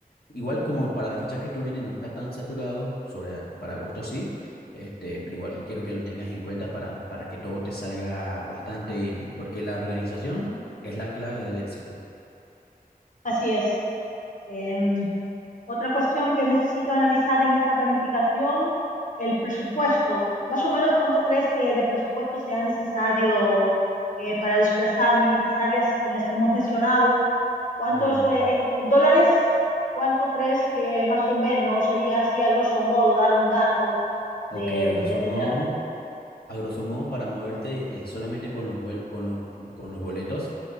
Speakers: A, on the left (about 85°); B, on the left (about 55°).
A: Igual como para la fecha que tú vienes no está tan saturado, sobre, para agosto sí, este, pero igual quiero que lo tengas en cuenta para, para que todo te salga bastante bien, y porque la organización es la clave del éxito.
B: Así es. Em, Otra cuestión que necesito analizar en esta planificación, el presupuesto. Más o menos, ¿cuánto crees que de presupuesto sea necesario eh, para desplazarme en estas áreas en las que hemos mencionado? ¿Cuántos
A: Mm,
B: eh, en, en dólares? ¿Cuánto crees que más o menos sería así a grosso modo dar un dato
A: ok,
B: de,
A: a grosso
B: de tener?
A: modo, A grosso modo, para moverte eh, solamente con los, vuel- con los, con los boletos,